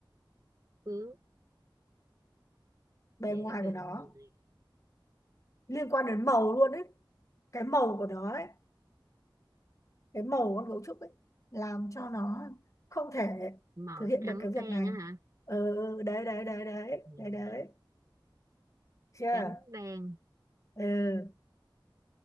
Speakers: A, on the right; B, on the left.
A: phước
B: Bề
A: dễ
B: ngoài
A: bề
B: của nó
A: ngoài
B: liên quan đến màu luôn đấy. Cái màu của nó ấy, cái màu của con gấu trúc ấy làm cho nó không thể
A: màu
B: thực hiện
A: trắng
B: được cái việc
A: đen
B: này.
A: á hả
B: Ừ, ừ, ừ, đấy đấy đấy đấy,
A: ừ.
B: đấy đấy. Chưa?
A: trắng đen
B: Ừ.